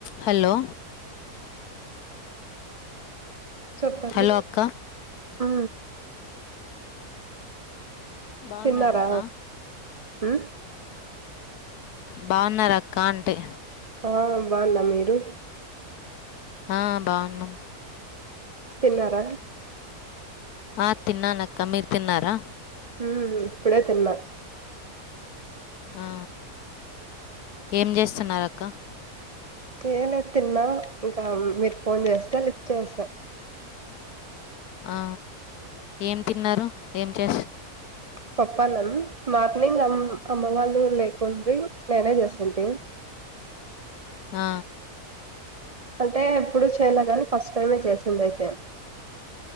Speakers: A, on the left; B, on the right.
A: Hello
B: చెప్పండి
A: hello అక్క
B: ఆ
A: బాగున్నారా
B: తిన్నారా
A: అక్క
B: ఊ
A: బాగున్నార అక్క అంటి
B: ఆ బాగున్న మీరు
A: ఆ బాగున్నం
B: తిన్నారా
A: ఆ తిన్నానక్క మీరు తిన్నారా
B: ఊ ఇప్పుడే తిన్నా
A: ఆ ఏం చేస్తున్నారక్క
B: ఏం లే తిన్నా ఇంకా మీరు ఫోన్ చేస్తే లిఫ్ట్ చేస
A: ఆ ఏం తిన్నారు ఏం చేసి
B: పప్పన్నం మార్నింగ్ అమ్ అమ్మ వాళ్ళు లేకుండ్రి నేనే చేసింటి
A: ఆ
B: అంటే ఎప్పుడు చేయలే కాని ఫస్ట్ టైమే చేసింది అయితే